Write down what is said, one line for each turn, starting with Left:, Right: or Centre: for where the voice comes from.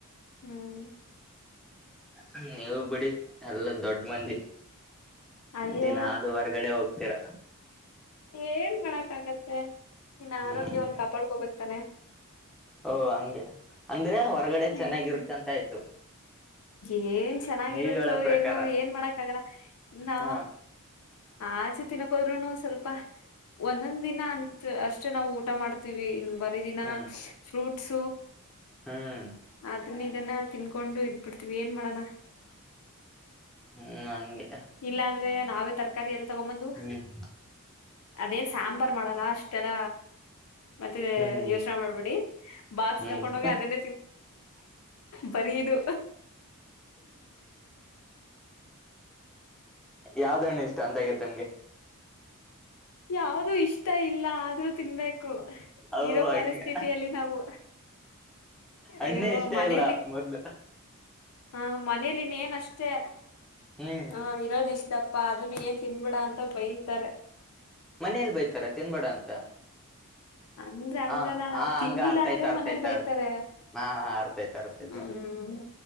Left: ಹ್ಮ್
Centre: ಹ ನೀವು ಬಿಡಿ ಎಲ್ಲ ದೊಡ್ಡ ಮಂದಿ
Left: ಅಯ್ಯೋ
Centre: ದಿನಲ್ುವರ್ಗಡೆ ಹೋಗ್ತೀರ
Left: ಏನ್ ಮಾಡಕ ಆಾಗತ್ತೆ ನಿನ್ನ
Centre: ಹ್ಮ್
Left: ಆರೋಗ್ಯವವನ್ನು ಕಾಪಾಡ್ಕೋಬೇಕಕ್ತಾನೆ
Centre: ಓ ಹಂಗೆ ಅಂದ್ರೆ ಹೊರಗಡೆ
Left: ಹ್ಮ್
Centre: ಚೆನ್ನಾಗಿರುತ್ತೆ ಅಂತ ಆಯ್ತು
Left: ಏನ್ ಚೆನ್ನಾಗಿರುತ್ತೋ
Centre: ನೀವ್ ಹೇಳೋ ಪ್ರಕಾರ
Left: ಏನು ಏನ್ ಮಾಡಕ್ಕ ಆಗಲ್ಲ ನಾ
Centre: ಹ
Left: ಆಚೆ ತಿನ್ನಕೋದ್ರುೂನು ಸ್ವಲ್ಪ ಒಂದೊಂದ್ ದಿನ ಅಂತ ಅಷ್ಟು ನಾವು ಊಟ ಮಾಡ ಇನ್ನು ಬರ ದಿನ
Centre: ಹ್ಮ್
Left: ಫ್ರೂಟ್ಸ
Centre: ಹ್ಮ್
Left: ಅದನ್ನ ಇದನ್ನ ತಿನ್ಕೊಂಡು ಇದ್ಬಿಡ್ತೀವಿ ಏನ್ ಮಾಡಣ.
Centre: ಹ್ಮ್ ಹಂಗೆ
Left: ಇಲ್ಲಾ ಅಂದ್ರೆ ನಾವೇ ತರಕಾರಿ ಎಲ್ಲ ತಗೊಂಬಂದು
Centre: ಹ್ಮ್
Left: ಅದೇನ್ ಸಾಂಬಾರ್ ಮಾಡಲ್ಲ ಅಷ್ಟ ಮ ಮತ್ತೆ
Centre: ಹ್ಮ್
Left: ಯೋಚನೆ ಮಾಡ್ಬಿಡಿ ಬಾಕ್ಸ್
Centre: ಹ್ಮ್
Left: ಹಾಕೊಂಡೋಗಿ ಅದನ್ನೇ ಬರದು
Centre: ಯಾವ್ದ ಹಣ್ಣು ಇಷ್ಟ ಅಂತಗತ್ತೆ ನಿಮ್ಗೆ
Left: ಯಾವ್ದೂ ಇಷ್ಟ ಇಲ್ಲ ಆದ್ರೂ ತಿನ್ಬೇಕು
Centre: ಓ
Left: ಇರೋ
Centre: ಹಂಗೆ
Left: ಪರಿಸ್ಥಿತಿಯಲ್ಲಿ ನಾವು
Centre: ಹಣ್ಣೆ
Left: ಅಯ್ಯೋ
Centre: ಇಷ್ಟ
Left: ಮನೇೆಯಲ್ಲಿ
Centre: ಇಲ್ಲ ಮೊದ್ಲು
Left: ಹಾ ಮನೇಲಿ ಇನೇನು ಅಷ್ಟೇ
Centre: ಹ್ಮ್
Left: ಹ ಇರೋದ ಇಷ್ಟ ಆ ಅದನ್ನು ಏನ್ ತಿನ್ಬೇಡ ಅಂತ ಬೈತಾರೆ
Centre: ಮನೇಲ್ ಬೈತಾರ ತಿನ್ಬೇಡ ಅಂತ
Left: ಅಂದ್ರ
Centre: ಹ
Left: ಹಂಗಲ್ಲ
Centre: ಹಾ
Left: ನಾವ್ ತಿಂದಿಲ್ಲ
Centre: ಹಂಗ ಅರ್ಥ
Left: ಅಂದ್ರೆ
Centre: ಆಯ್ತು ಅರ್ಥ
Left: ಮನೇಲ್
Centre: ಆಯ್ತ
Left: ಬೈತಾರೆ
Centre: ಹಾ ಹಾ ಅರ್ಥ ಆಯ್ತು ಅರ್ಥ ಆಯ್ತು
Left: ಹ್ಮ್